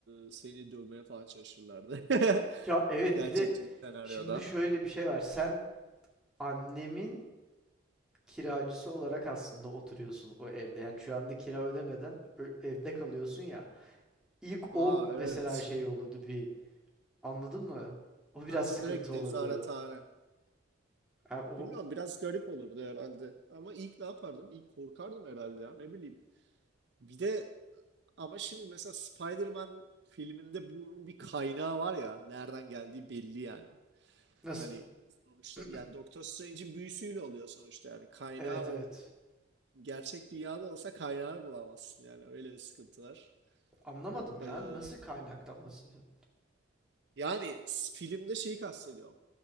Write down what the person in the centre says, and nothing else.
Ya evet
bir de
şimdi şöyle bir şey var. Sen annemin kiracısı olarak aslında oturuyorsun o evde. Yani şu anda kira ödemeden ö- evde kalıyorsun ya. İlk
o
mesela şey olurdu bir. Anladın mı? O biraz
sıkıntı
olurdu. Ha, o
nasıl?
<clears throat>
Evet
evet.
Anlamadım ya.
Nasıl kaynaktan bahsediyorsun?